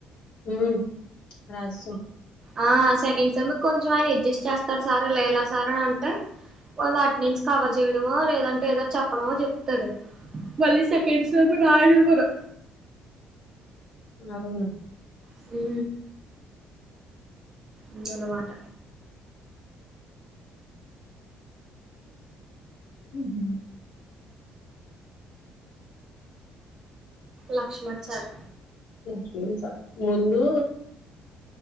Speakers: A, on the left; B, on the right.
A: హు <unintelligible>
B: ఆ సెకండ్ సెమ్ కొంచెం ఆయన అడ్జస్ట్ చేస్తారు సార్ లేలా సార్ అని అంటే వాళ్ల అటెండెన్స్ కవర్ చేయడమో లేదంటే ఏదో చెప్పడమో చెప్తడు మళ్ళీ సెకండ్ సెమ్ రాయన్నివ్వరు
A: అవును
B: హు ఉందనమాట
A: హు
B: లక్ష్మణ్ సార్
A: లక్ష్మీస ముందు